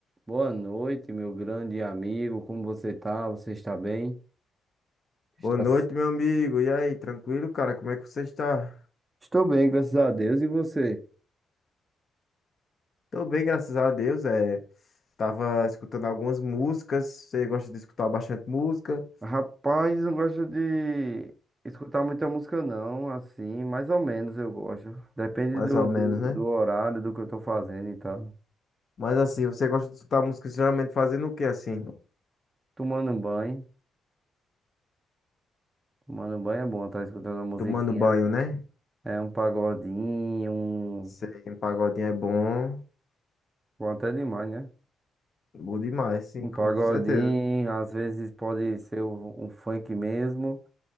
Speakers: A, on the right; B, on the left.
A: Boa noite, meu grande amigo. Como você tá? Você está bem?
B: Boa
A: Está...
B: noite,
A: s-
B: meu amigo. E aí, tranquilo, cara? Como é que você está?
A: Estou bem, graças a Deus. E você?
B: Tô bem, graças a Deus. É, tava escutando algumas músicas. Você gosta de escutar bastante música,
A: Rapaz, não gosto de escutar muita música, não. Assim, mais ou menos eu gosto. Depende
B: mais
A: do,
B: ou
A: do,
B: menos, né?
A: do horário, do que eu tô fazendo e tal.
B: Mas assim, você gosta de escutar música geralmente fazendo o quê, assim?
A: Tomando um banho. Tomando um banho é bom, tá escutando uma musiquinha.
B: Tomando banho, né?
A: É um pagodinho, um...
B: Sei, um pagodinho é bom.
A: Bom, até demais, né?
B: Bom demais, sim,
A: Um
B: com
A: pagodinho,
B: certeza.
A: às vezes pode ser um um funk mesmo.